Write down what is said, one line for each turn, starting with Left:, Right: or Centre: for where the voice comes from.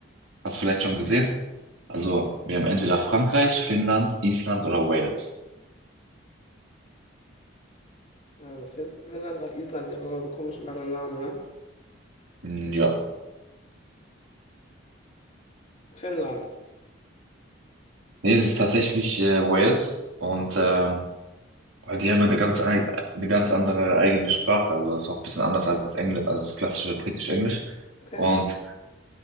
Right: Hast du vielleicht schon gesehen? Also, wir haben entweder Frankreich, Finnland, Island oder Wales.
Left: Also Fis- Finnland oder Island, die haben immer so komische lange Namen, ne?
Right: Hm, Ja,
Left: Finnland,
Right: nee, es ist tatsächlich äh, Wales und ähm, Weil die haben ja eine ganz, ei- eine ganz andere eigene Sprache. Also ist auch ein bisschen anders als Englisch, also das klassische britisch-Englisch.
Left: okay.
Right: Und